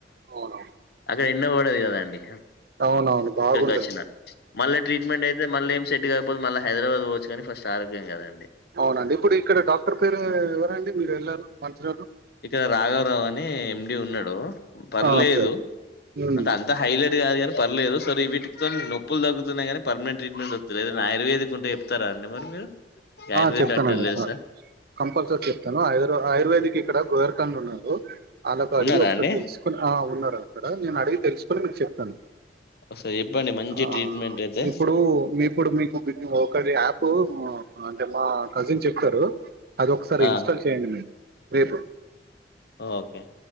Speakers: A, on the right; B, on the left.
A: అవునవును
B: ఇక్కడ ఎన్నబడదు కద అండి
A: అవునవును బాగు
B: వచ్చినా మళ్ళీ ట్రీట్మెంట్ అయితే మళ్ళీ ఏం సెట్గా ఇప్పు మళ్ళ హదరాబాద్ పోచ్చు కాని ఫస్ ఆరోగ్యం కదండి
A: అవునండి ఇప్పుడు ఇక్కడ డాక్టర్ పేరు ఎవరండి మీరు వెళ్ళారు మంచిగారు
B: ఇక్కడ రాఘవరావు అని ఎండి ఉన్నాడు పర్లేదు
A: ఆ, సరే. ఉమ్.
B: అంత హైలైట్గా కాదు కాని పర్లేదు సర వీటితో నొప్పులు తగ్గుతున్నాయి కానీ పర్మనంట్ ట్రీట్మెంట్ వస్తుాలేద ఆయుర్వేదిక్ ఉంటే చెప్తారా అండి మరి మీరు మీకు ఆయుర్వేద
A: ఆ చెప్తానుం
B: డాక్టర్
A: చె
B: తెలుసా
A: కంపల్సరీ చెప్తాను ఆయుర్వేదిక్ ఇక్కడ కనున్నారు అలాకు అడిగి
B: ఉన్నారా
A: ఒకసారి
B: అండి
A: తెలుసుకుని ఆ ఉన్నారు నను అడిగ తెలుసు మీకు చెప్తాను
B: ఒకసారి చెప్పండి మంచి
A: ఆ
B: ట్రీట్మెంట్ అయితే
A: ఇప్పుడు మీ ఇప్పుడు మీకు బి ఒకటి యాప్ ఓహో అంటే మా కజిన్ చెప్తారు అది ఒకసారి
B: ఆ
A: ఇన్స్టాల్ చేయండి మీరు రేపు
B: ఓకే